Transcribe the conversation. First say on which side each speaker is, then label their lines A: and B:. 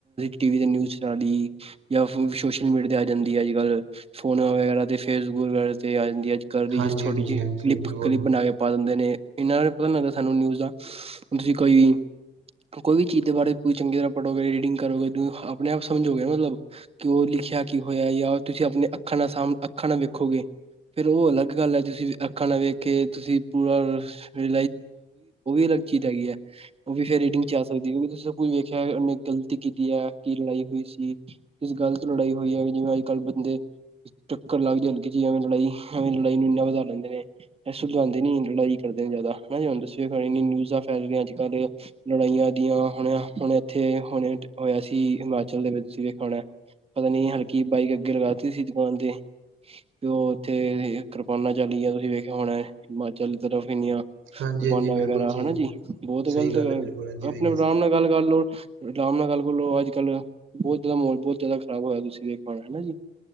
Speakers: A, on the right; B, on the right.
A: ਟੀਵੀ ਦਾ ਨਿਊਜ਼ ਨਾਂ ਦੀ ਸੋਸ਼ਲ ਮੀਡੀਆ ਤੇ ਆ ਜਾਂਦੀ ਅੱਜ ਕੱਲ ਸੋਹਣਾ ਵਗੈਰਾ ਤੇ ਫੇਸਬ ਵਗੈਰਾ ਤੇ ਆ ਕਰਦੀ
B: ਹਾਂਜੀ
A: ਜਿਸ ਛੋਟੀ
B: ਹਾਂਜੀ
A: ਜਿਹੀ
B: ਹਾਂਜੀ
A: ਕਲਿੱਪ
B: ਬਿਲਕੁਲ
A: ਕਲਿਪ ਬਣਾ ਕੇ ਪਾ ਦਿੰਦੇ ਨੇ ਇਹਨਾਂ ਨੇ ਪਤਾ ਲੱਗਦਾ ਸਾਨੂੰ ਨਿਊਜ਼ ਆ ਤੁਸੀਂ ਕੋਈ ਕੋਈ ਵੀ ਚੀਜ਼ ਦੇ ਬਾਰੇ ਕੋਈ ਚੰਗੀ ਤਰਾਂ ਪੜੋਗੇ ਰੀਡਿੰਗ ਕਰੋਗੇ ਜੋ ਆਪਣੇ ਆਪ ਸਮਝ ਹੋਰ ਲਿਖਿਆ ਕੀ ਹੋਇਆ ਤੁਸੀਂ ਆਪਣੀ ਅੱਖਾਂ ਨਾਲ ਸਾਂਭ ਅੱਖਾਂ ਨਾ ਫਿਰ ਉਹ ਅਲੱਗ ਗੱਲ ਅੱਜ ਅਸੀਂ ਅੱਖਾਂ ਨਾਲ ਵੇਖ ਕੇ ਤੁਸੀਂ ਉਹ ਵੀ ਲੜਕੀ ਉਹ ਵੀ ਸੇ ਰੇਟਿੰਗ ਚ ਆ ਸਕਦੀ ਉਹ ਵੀ ਤੁਸਾਂ ਕੋਈ ਵੇਖਿਆ ਗਲਤੀ ਕੀਤੀ ਹ ਕੀ ਲੜਾਈ ਹੋਈ ਸੀ ਇਸ ਗੱਲ ਤੋਂ ਲੜਾਈ ਹੋਈ ਜਾਵੇ ਅੱਜਕੱਲ ਚੱਕਰ ਲੱਗ ਜਾਣਗੇ ਜੀ ਐਵੇਂ ਲੜਾਈ ਐਵੇਂ ਲੜਾਈਆਂ ਵ ਇਹ ਸੁਲਝਾਂਦੇ ਨੀ ਲੜਾਈ ਕਰਦੇ ਨੇ ਜ਼ਿਆਦਾ ਹ ਦੱਸ ਨਿਊਜ਼ਾਂ ਫੈਲ ਰਆਂ ਅੱ ਕੱਲ੍ਹ ਲੜਾਈਆਂ ਦੀਆਂ ਹੁਣ ਹੁਣ ਇੱਥੇ ਹੁਣੇ ਹੋਇਆ ਸੀ ਹਿਮਾਚਲ ਦੇ ਵਿੱਚ ਤੁਸੀਂ ਵੇਖਿਆ ਹੋਣਾ ਪਤਾ ਨੀ ਹਲਕੀ ਬਾਈਕ ਅੱਗੇ ਲਗਾ ਦਿੱਤੀ ਸੀ ਦੁਕਾਨ ਤੇ ਤੇ ਉਹ ਉੱਥੇ ਕਿਰਪਾਨਾ ਚੱਲਏ ਤੁਸੀਂ ਵੇਖਿਆ ਹੁਣ ਹਿਮਾਚਲ ਤਰਫ਼ ਇੰਨੀਆਂ
B: ਹਾਂਜੀ
A: ਰਪਾਨਾ
B: ਹਾਂਜੀ
A: ਵਗੈਰਾ
B: ਬਿਲਕੁਲ ਸਹੀ
A: ਹਨਾ ਜੀ ਬਹੁਤ
B: ਸਹੀ
A: ਗ਼ਲਤ
B: ਗੱਲ ਹੈ ਬਿਲਕੁਲ ਹਾਂਜੀ
A: ਆਪਣੇਰਾਮ
B: ਵੇਖਿਆ ਸੀ।
A: ਨਾਲ ਗੱਲ ਕਰ ਲੋਓ ਆਰਾਮ ਨਾਲ ਗੱਲ ਕਰਲੋ ਅੱਜ ਕੱਲ੍ਹ ਬਹੁਤ ਜ਼ਿਆਦਾ ਮਾਹਲ ਬਹੁਤ ਜ਼ਿਆਦਾ ਖਰਾਬ ਹੋਇਆ ਤੁਸੀਂ ਦੇਖਣ ਨਾਲ ਹਨਾ ਜੀ